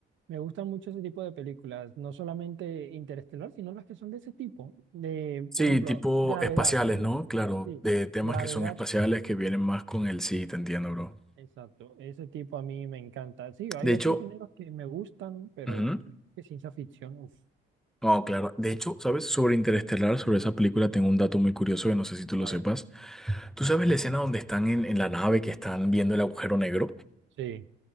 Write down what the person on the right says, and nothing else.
me gustan mucho ese tipo de películas, no solamente Interestelar, sino las que son de ese tipo, de,
por ejemplo,
Gravedad,
mm,
sí,
Gravedad,
exacto, ese tipo a mí me encanta, sí, hay
otros
géneros que me gustan, pero
que ciencia ficción, uf,
a
ver,
sí.